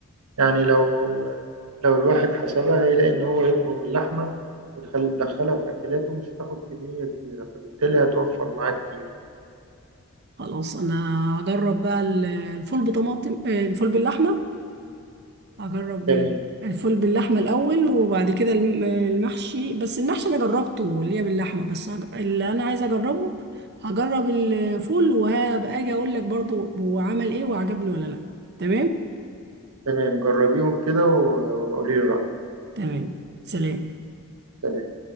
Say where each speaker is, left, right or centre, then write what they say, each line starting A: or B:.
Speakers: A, on the right; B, on the right.
A: يعني لو لو الواحد حسبها هيلاقي إن هو يفرم اللحمة ويدخلها في أكلاته مش هتاخد كمية كبيرة فبالتالي هتوفر معاه كتير
B: خلاص انا هجرب بقى ال- الفول بطماطم آه، الفول باللحمة هجرب
A: تمام
B: الفول باللحمة الاول وبعد كده الم- المحشي بس المحشي انا جربته اللي هي باللحمة بس هج- اللي انا عايزة اجربه هجرب الفول وهبقى اجي اقول لك برضه هو عمل ايه وعجبني ولا لا تمام
A: تمام جربيهم كده و- وبقولي لي رأيك
B: تمام سلام
A: سلام